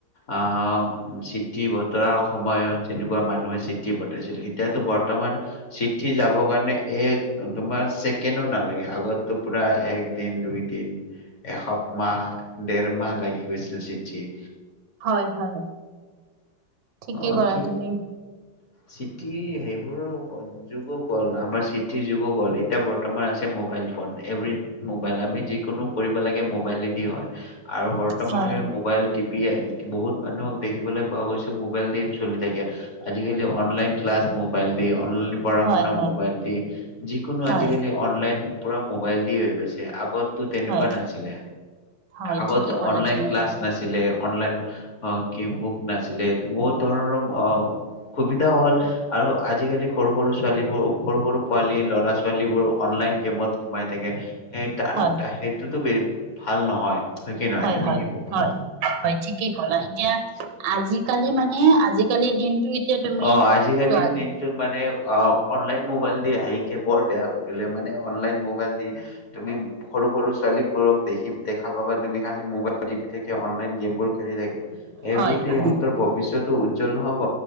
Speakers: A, on the left; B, on the right.
A: আহ চিঠি বতৰা সময়ত যেনেকুৱা মানুহে চিঠি পঠাইছিল এতিয়াতো বৰ্তমান চিঠি যাবৰ কাৰণে এক। তোমাৰ ছেকেণ্ডো নালাগে আগতো পুৰা একদিন দুই দিন এসপ মাহ দেৰ মাহ লাগি গৈছিলে চিঠি।
B: হয় হয়। ঠিকেই
A: অঁ
B: কৰা
A: কি
B: তুমি
A: চিঠি। সেইবোৰৰ যুগো গল আমাৰ চিঠিৰ যুগো গল এতিয়া বৰ্তমান আছে মবাইল ফোন এভ্ৰিঠিং মোবাইল আমি যিকোনো কৰিব লাগে মোবাইলেদি হয়। আৰু বৰ্তমান
B: হয়
A: আমি মোবাইল। টিপি বহুত মানুহক দেখিবলৈ পোৱা গৈছে। মোবাইল দি চলি থাকে আজিকালি অনলাইন ক্লাছ মোবাইল দি। অনলাইন পঢ়া
B: হয়
A: শুনা
B: হয়
A: মবাইল দি যিকোনো
B: হয়
A: আজিকালি অনলাইন পুৰা মোবাইল দি হৈ গৈছে আগতো তেনেকুৱা
B: হয়
A: নাছিলে
B: হয়
A: আগত
B: ঠিকেই ক'লা
A: অনলাইন
B: তুমি
A: ক্লাছ নাছিলে অনলাইন। অ' কি মোক নাছিলে। বহুত ধৰণৰ সুবিধাও হল আৰু আজিকালি সৰু সৰু ছোৱালীবোৰ সৰু সৰু পোৱালী ল'ৰা ছোৱালীবোৰ অনলাইন গেমত সোমাই থাকে। সেই তাৰ
B: হয়
A: সেইটোতো বে ভাল নহয় কি নহয়
B: হয়
A: তুমি
B: হয়
A: কি ভাবা
B: হয় হয় ঠিকেই কলা এতিয়া আজি কালি মানে আজিকালিৰ দিনটো এতিয়া তুমি
A: অ' আজিকালি
B: চোৱা
A: দিনটোত মানে অ' অনলাইন মোবাইল দি আহে বৰ বেয়া কৰিলে মানে অনলাইন মোবাইল দি তুমি সৰু সৰু ছোৱালীবোৰক দেখিম দে খাবা তুমি খালি মোবাইল টিপি থাকে অনলাইন গেমবোৰ খেলি থাকে সেবোৰ
B: হয়
A: দি
B: হয়
A: সিহঁতৰ ভৱিষ্যত টো উজ্জ্বল নহব